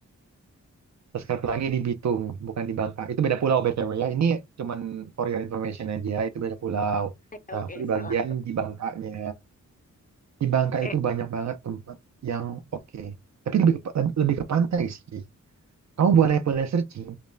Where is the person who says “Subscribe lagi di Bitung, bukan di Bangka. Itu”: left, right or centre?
Right